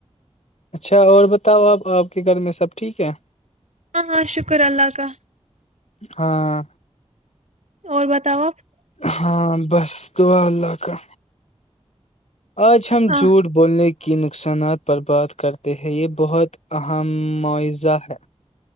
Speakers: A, on the left; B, on the right.
A: اچھا اور بتاؤ آپ آپ کے گھر میں سب ٹھیک ہے
B: ہاں ہاں شکر اللہ کا
A: ہاں
B: اور بتاؤ آپ
A: ہاں بس توا اللہ کا آج ہم
B: آ،
A: جھوٹ بولنے کے کے نقصانات پر بات کرتے ہیں یہ بہت اہم معوضہ ہے